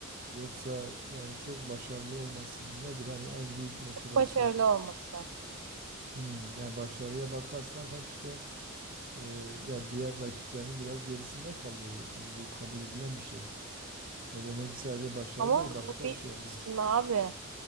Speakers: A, on the right; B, on the right.
A: yoksa yani çok başarılı olması mı nedir? Yani en büyük motivasyon.
B: Çok başarılı olması.
A: Hmm, yani başarıya bakarsan hep işte e, ya diğer rakiplerinin biraz gerisinde kalıyor. Yani bu kabul edilen bir şey. Ne demek ki sadece başarı
B: Ama
A: değil başka
B: bu bir
A: bir şey olma.
B: şimdi abi